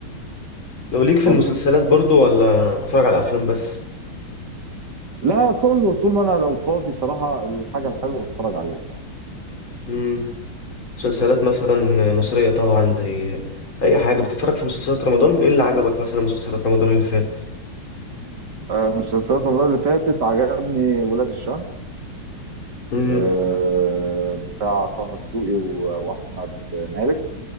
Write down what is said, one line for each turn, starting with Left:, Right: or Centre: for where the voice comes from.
Left: لو ليك
Right: اتفضل
Left: في المسلسلات برضو ولا بتتفرج على افلام بس
Right: لا كله طول ما انا لو فاضي صراحه الحاجه الحلوه بتفرج عليها يعني.
Left: امم مسلسلات مثلا مصرية طبعا زي اي حاجة بتتفرج في مسلسلات رمضان ايه اللي عجبك مثلا مسلسلات رمضان اللي فات
Right: آه مسلسلات رمضان اللي فاتت عجبني ولاد الشمس
Left: امم
Right: آه بتاع طه دسوقي و- واحمد مالك